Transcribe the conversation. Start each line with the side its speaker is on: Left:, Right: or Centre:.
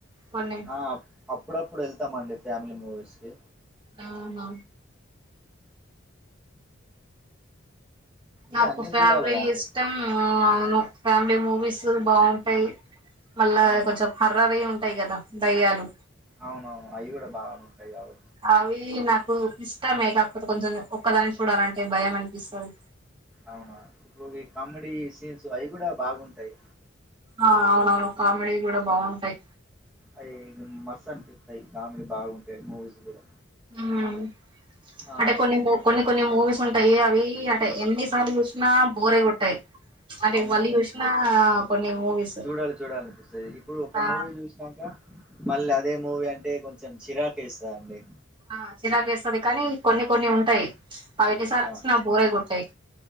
Right: కొన్ని
Centre: ఆ అప్పుడప్పుడు వెళ్తామండి ఫ్యామిలీ మూవీస్ కి
Right: అవునా
Centre: ఇగ
Right: నాకు
Centre: అన్నీ
Right: ఫ్యామిలీ
Centre: చూడాలి కదండి
Right: ఇష్టం అవును ఫ్యామిలీ మూవీస్ బాగుంటాయి మళ్ళ
Centre: అవును
Right: కొంచెం హర్రర్వి ఉంటాయి కదా దయ్యాలు
Centre: అవునవును అవి కూడా బాగానే ఉంటాయి కాబట్టి
Right: అవి నాకు ఇష్టమే కాక్పోతే కొంచెం ఒక్కదాని చూడాలంటే భయం అనిపిస్తాది
Centre: అవునా ఇప్పుడు కామెడీ సీన్స్ అవి కూడా బాగుంటాయి
Right: ఆ అవునవును కామెడీ కూడా బాగుంటాయి
Centre: అయ్యాయా మస్త్ అనిపిస్తాయి కామెడీ బాగుంటాయి మూవీస్ కూడా
Right: హ్మ్
Centre: ఆ
Right: అంటే కొన్ని కొన్ని కొన్ని మూవీస్ ఉంటాయి అవి అంటే ఎన్నిసార్లు చూసినా బోరే కొట్టాయి అంటే
Centre: అవును
Right: మళ్ళీ
Centre: కొన్ని
Right: చూసిన కొన్ని మూవీస్
Centre: చూడాలి చూడాలనిపిస్తుంది ఇప్పుడు ఒక
Right: ఆ
Centre: మూవీ చూసినాక మళ్ళ అదే మూవీ అంటే కొంచెం చిరాకు ఎస్తాదండి
Right: ఆ చిరాక్ ఎస్తాది కానీ కొన్ని కొన్ని ఉంటాయి అవి ఏన్నిసార్
Centre: ఆ
Right: వచ్చిన బోరె కొట్టాయ్